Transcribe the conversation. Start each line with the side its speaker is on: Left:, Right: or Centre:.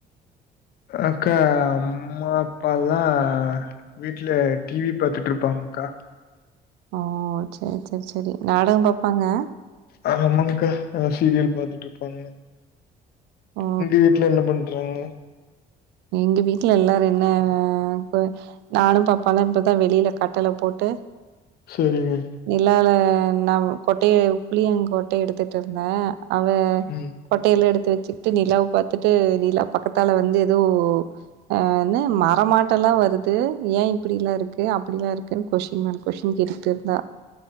Left: அக்கா அம்மா அப்பால்லா வீட்ல டிவி பாத்துட்டுருப்பாங்கக்கா
Right: ஓ சேரி சேரி சேரி நாடகம் பாப்பாங்க
Left: ஆ ஆமாங்கக்கா சீரியல் பாத்துட்டுருப்பாங்க
Right: ஓ
Left: உங்க வீட்ல என்ன பண்றாங்க
Right: எங்க வீட்ல எல்லாரு என்ன கொ நானு பாப்பாவு இப்பதா வெளில கட்டுல போட்டு
Left: சரிங்க.
Right: இல்லல நா கொட்டைய புளியங் கொட்டைய எடுத்துட்டுருந்தே அவ
Left: ம்.
Right: கொட்டைல எடுத்து வச்சுக்கிட்டு நிலாவ பார்த்துட்டு நிலா பக்கத்தால வந்து எதோ அ என்ன மரமாட்டோல்லா வருது ஏ இப்டில்லாருக்கு அப்டிலாருக்குன்னு கொஸ்டின் மேல கொஷ்டின் கேட்டு ட்டுருந்தா